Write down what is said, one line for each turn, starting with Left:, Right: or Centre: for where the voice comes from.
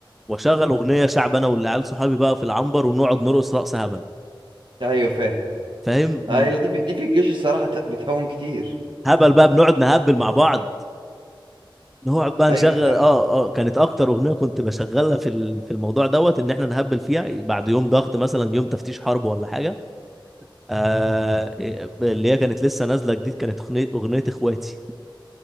Centre: واشغل اغنيه شعب انا والعيال صحابي بقى في العنبر ونقعد نرقص رقص هبل
Right: ايوه فاهم
Centre: فاهم ن-
Right: ايوه دي في... دي في الجيش الصراحه ت- بتهون كتير
Centre: هبل بقى بنقعد نهبل مع بعض نقعد بقى
Right: ايوه
Centre: نشغل
Right: فعلا
Centre: اه اه كانت اكتر اغنيه كنت بشغلها في ال- في الموضوع دوت ان احنا نهبل فيها بعد يوم ضغط مثلا يوم تفتيش حرب ولا حاجه آه إيه، اللي هي كانت لسه نازله جديد كانت أغني- اغنيه اخواتي